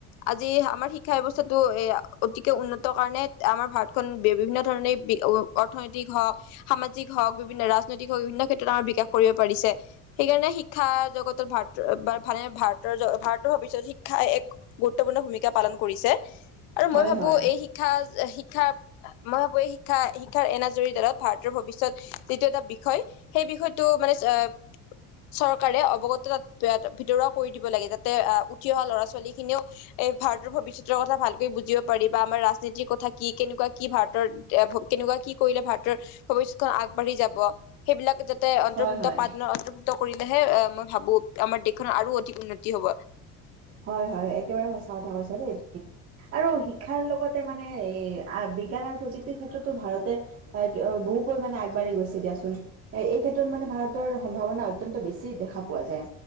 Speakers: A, on the left; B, on the right.
A: আজি আমাৰ শিক্ষা ব্যৱস্থাটো এ অতিকে উন্নত <unintelligible> কাৰণে আমাৰ ভাৰতখন বিভিন্ন ধৰণে অ-অৰ্থনৈতিক হওক সামাজিক হওক বিভিন্ন ৰাজনৈতিক হওক বিভিন্ন ক্ষেত্ৰত আমাৰ বিকাশ কৰিব পাৰিছে সেইকাৰণে শিক্ষা জগতত ভাৰত ভাৰতৰ ভাৰতৰ ভৱিস্যত শিক্ষাই এক গুৰুত্বপূৰ্ণ ভূমিকা পালন কৰিছে আৰু
B: হয়
A: মই ভাবো
B: হয়,
A: এই শি শিক্ষা, শিক্ষা মই ভাবোঁ এই শিক্ষা, শিক্ষাৰ এনাজৰীডালত ভাৰতৰ ভৱিষ্যত যিটো এটা বিষয় সেই বিষয়টো মানে এ চৰকাৰে অৱগত তাত এ ভিতৰুৱা কৰি দিব লাগে, যাতে আহ উঠি অহা ল'ৰা ছোৱালী খিনিও এই ভাৰতৰ ভৱিষ্যতৰ কথা ভালকৈ বুজিব পাৰি বা আমাৰ ৰাজ নীতিৰ কথা কি কেনেকুৱা কি ভাৰতৰ কেনেকুৱা কি কৰিলে ভাৰতৰ ভৱিষ্যতত আগবাঢ়ি যাব সেইবিলাক যাতে অন্তৰ্ভুক্ত
B: হয় হয়,
A: পাদনত অন্তৰ্ভুক্ত কৰি তেহে মই ভাবো আমাৰ দেশখনৰ আৰু অধিক উন্নতি হব।
B: হয় হয় একেবাৰে সঁচা কথা কৈছা দেই। আৰু শিক্ষাৰ লগতে মানে এ আ বিজ্ঞানৰ প্ৰযুক্তিৰ ক্ষেত্ৰতো ভাৰতে এই ও বহু পৰিমাণে আগবাঢ়ি গৈছে দিয়াচোন। এ এই ক্ষেত্ৰত মানে ভাৰত তৰ সম্ভাৱনা অত্যন্ত বেছি দেখা পোৱা যায়।